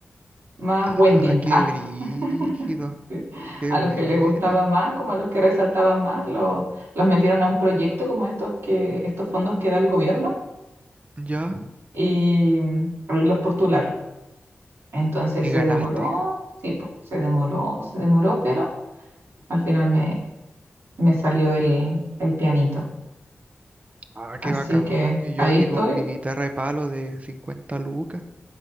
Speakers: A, on the right; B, on the right.
A: más
B: Ah,
A: Wendy.
B: qué
A: Ah,
B: brígido,
A: <laughs> sí.
B: qué
A: A
B: buena.
A: los que les gustaba más, como a los que resaltaban más, lo- los metieron a un proyecto como estos que, estos fondos que da el gobierno
B: Ya,
A: y mm, ahí los postularon. Entonces
B: y
A: se
B: ganaste.
A: demoró, sí, po, se demoró, se demoró, pero al final me, me salió el, el pianito.
B: Ah,
A: Así
B: qué bacán.
A: que
B: Y
A: ahí
B: yo aquí
A: estoy.
B: con mi guitarra de palo de 50 lucas.